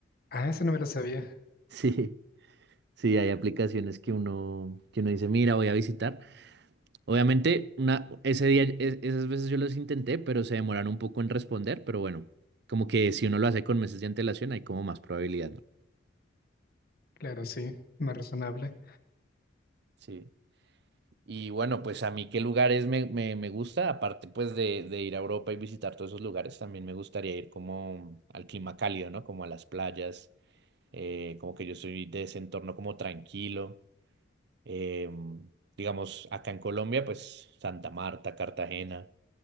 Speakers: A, on the left; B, on the right.
A: Ah, eso no me lo sabía.
B: Sí, sí, hay aplicaciones que uno, que uno dice, mira, voy a visitar. Obviamente, una, ese día, es- esas veces yo los intenté, pero se demoraron un poco en responder, pero bueno, como que si uno lo hace con meses de antelación, hay como más probabilidad, ¿no?
A: Claro, sí, más razonable.
B: Sí. Y bueno, pues a mí qué lugares me, me, me gusta, aparte pues de, de ir a Europa y visitar todos esos lugares, también me gustaría ir como al clima cálido, ¿no? Como a las playas. eh, como que yo soy de ese entorno como tranquilo. eh, digamos, acá en Colombia, pues Santa Marta, Cartagena,